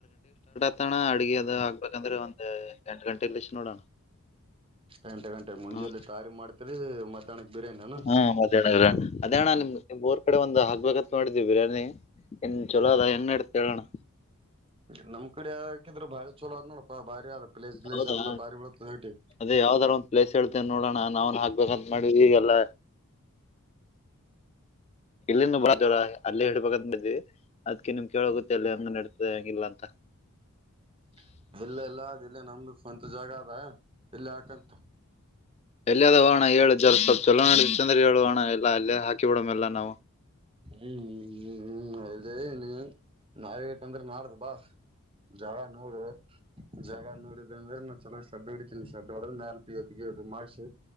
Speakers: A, on the left (about 30°); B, on the right (about 25°).
A: ಹತಣ ಅಡ್ಗೆ ಅದು ಆಗ್ಬೇಕಂದ್ರೆ ಒಂದ್ ಎಂಟು ಗಂಟೆ ಇಲ್ಲಷ್ಟ ನೋಡೋಣ
B: ಎಂಟು ಗಂಟೆ ಮುಂಜೆಲಿ
A: ಹ
B: ತಾರಿ ಮಾಡ್ತರಿ ಮಧ್ಯಾಹ್ನಕ್ ಬಿರಿಯಾನಿನ
A: ಹಾ ಮದ್ಯಾಹ್ನ ರ ಅಣ್ಣ ಅದೇಣ್ಣ ನಿಮ್ ನಿಮ್ ಊರ್ ಕಡೆ ಒಂದು ಹಾಕ್ಬೇಕತ್ ಮಾಡಿದೀವಿ ಬಿರಿಯಾನಿ ಎನ್ ಚೊಲೊದ ಹೆಂಗ ನಡೀತದ ಹೇಳ್ ಅಣ್ಣ
B: <unintelligible> ನಮ್ ಕಡೆ ಹಾಕಿದ್ರ ಬಾರಿ ಚಲೋ ಅದ್ ನೋಡಪ್ಪಾ ಭಾರಿ ಆದ ಪ್ಲೇಸ್ ಗ್ಲೇಸ್
A: ಹೌದಾ
B: ಎಲ್ಲ ಭಾರಿ ಬೀಳತ್ತದೇಟಿ
A: ಅದೇ ಯಾವ್ದಾರ ಒಂದ್ ಪ್ಲೇಸ್ ಹೇಳ್ತೇ ನೋಡೋಣ ನಾವನ್ ಹಕ್ಬೇಕಂತ ಮಾಡಿ ಈಗೆಲ್ಲ ಇಲ್ಲಿಂದ ಬರಕತ್ತಿರಿ ಅಲ್ಲೇ ಹಿಡ್ಬೇಕಂತ ಮಾಡೀವಿ ಅದ್ಕ್ಕೆ ನಿಮ್ ಕೇಳಗೊತ್ತ್ ಅಲ್ಲ ಹೆಂಗ ನಡತದೆ ಹೆಂಗಿಲ್ಲ ಅಂತ
B: <unintelligible> ಇಲ್ಲ ಎಲ್ಲ ಅ ಇಲ್ಲ ನಮ್ದು ಸ್ವಂತ ಜಾಗ ಅದ ಇಲ್ಲ ಹಾಕಂತ
A: ಎಲ್ಲಿಯಾದ ಅಣ್ಣ ಹೇಳ ಜರ ಸ್ವಲ್ಪ್ ಚಲೋ ನಡತದ ಅಂದ್ರ ಹೇಳುವ ಅಣ್ಣ ಎಲ್ಲ ಅಲ್ಲೇ ಹಾಕಿ ಬಿಡ ಮೆಲ್ಲ ನಾವು
B: ಹ್ಮ್ ಹ್ಮ್ ಹ್ಮ್ ಇದ ನೀ ನಾವಕಂದ್ರೆ ನಾಡದು ಬಾ ಜಾಗ ನೋಡು ಜಾಗ ನೋಡಿದಂದ್ರೆ ನಾ ಚನ್ನ್ ಸಬ್ಬ ಹಡಿತೀನಿ ಶಡ್ಡ ಹೊಡದ ಮೇಲೆ ನಾರ ಮಾಡಿಸಿ